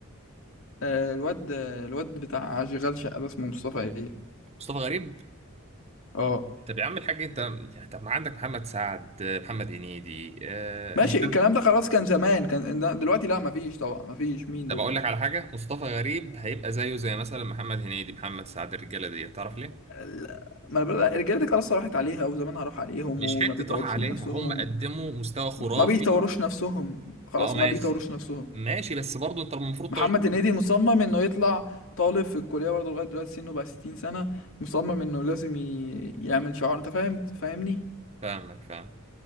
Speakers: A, on the left; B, on the right.
A: آه، الواد آه، الواد بتاع اشغال شقه ده اسمه مصطفى إيه؟
B: مصطفى غريب
A: اه
B: طب يا عم الحاج انت يعني طب ما عندك محمد سعد محمد هنيدي أه...
A: ماشي
B: هشام
A: الكلام ده خلاص كان زمان كان ده- دلوقتي لا مفيش طبعا مفيش مين
B: طب
A: دول
B: اقول لك على حاجه مصطفى غريب هيبقى زيه زي مثلا محمد هنيدي محمد سعد الرجاله دي تعرف ليه
A: لا، ما البلد- الرجاله دي خلاص راحت عليها وزمانها راح عليهم
B: مش
A: وما
B: حته
A: بيطوروش
B: راحه عليها
A: من نفسهم
B: هم قدموا مستوى خرافي
A: ما بيطوروش نفسهم خلاص
B: اه ماشي
A: ما بيطوروش نفسهم
B: ماشي بس برضه انت المفروض
A: محمد
B: تعجبني
A: هنيدي مصمم انه يطلع طالب في الكليه برضه لغايه دلوقتي سنه بقى 60 سنه مصمم انه لازم ي... يعمل شعار انت فاهم فاهمني
B: فاهمك فاهم